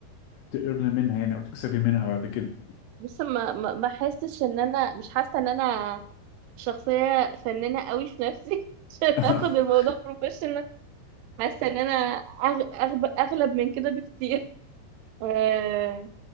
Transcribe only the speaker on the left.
تقرن منها يعني او تكسبي منها بعد كده
<laughs>